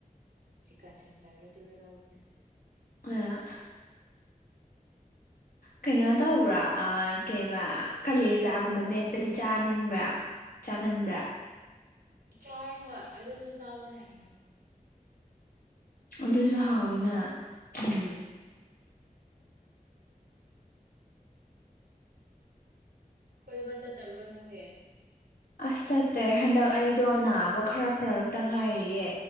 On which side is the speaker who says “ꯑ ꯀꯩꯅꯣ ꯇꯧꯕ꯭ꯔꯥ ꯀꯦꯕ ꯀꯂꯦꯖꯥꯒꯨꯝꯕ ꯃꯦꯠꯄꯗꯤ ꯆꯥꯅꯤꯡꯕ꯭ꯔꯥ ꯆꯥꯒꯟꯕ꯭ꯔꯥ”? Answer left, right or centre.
Left